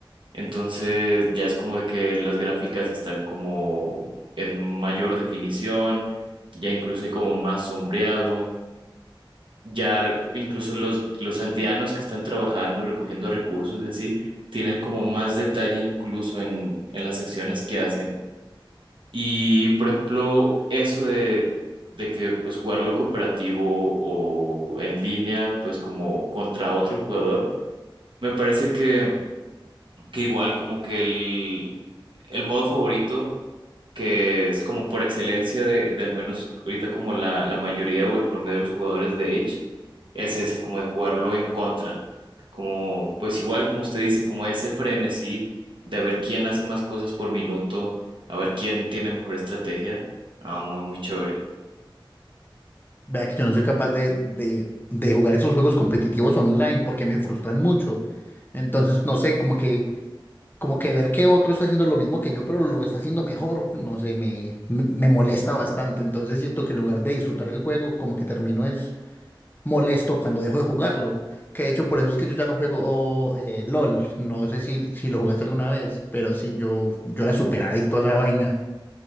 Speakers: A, on the right; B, on the left.
A: Entonces ya es como de que las gráficas están como en mayor definición, ya incluso hay como más sombreado. Ya incluso los, los aldeanos que están trabajando, recogiendo recursos y así, tienen como más detalle incluso en, en las acciones que hacen. Y por ejemplo, eso de, de que pues jugarlo cooperativo o en línea, pues como contra otro jugador, me parece que, que igual como que el, el modo favorito que es como por excelencia de, de al menos ahorita como la, la mayoría o el promedio de los jugadores de Age, es ese, como de jugarlo en contra. Como, pues igual como usted dice, como ese frenesí de ver quién hace más cosas por minuto, a ver quién tiene mejor estrategia. Ah, muy, muy chévere.
B: Vea que yo no soy capaz de, de, de jugar esos juegos competitivos online porque me frustran mucho. Entonces, no sé, como que como que ver que otro está haciendo lo mismo que yo, pero lo está haciendo mejor, no sé, me, me me molesta bastante. Entonces siento que en lugar de disfrutar el juego, como que termino es molesto cuando dejo de jugarlo. Que de hecho por eso es que yo ya no juego eh, LOL. No sé si, si lo jugaste alguna vez, pero sí, yo, yo era súper adicto a esa vaina